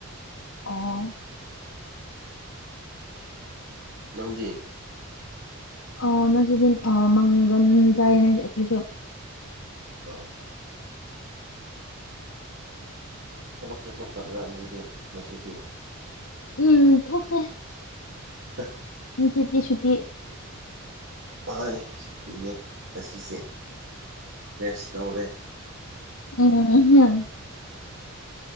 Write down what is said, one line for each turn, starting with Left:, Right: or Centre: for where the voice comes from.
Left: ꯑꯣ
Right: ꯅꯪꯗꯤ
Left: ꯑꯥ ꯉꯁꯤꯗꯤ ꯑꯥ ꯃꯪꯒꯟ ꯆꯥꯏꯌꯦ ꯉꯁꯤ ꯑꯩꯈꯣꯏꯁꯨ
Right: ꯑꯥ ꯊꯕꯛ ꯆꯠꯊꯣꯛꯇꯕ꯭ꯔꯥ ꯅꯪꯗꯤ ꯉꯁꯤꯗꯤ
Left: ꯎꯝ ꯊꯣꯛꯇꯦ
Right: <unintelligible>
Left: ꯉꯁꯤꯗꯤ ꯁꯨꯇꯤ
Right: ꯍꫭꯏ ꯁꯨꯇꯤꯅꯦ ꯉꯁꯤꯁꯦ ꯔꯦꯁ ꯂꯧꯔꯦ
Left: ꯎꯝ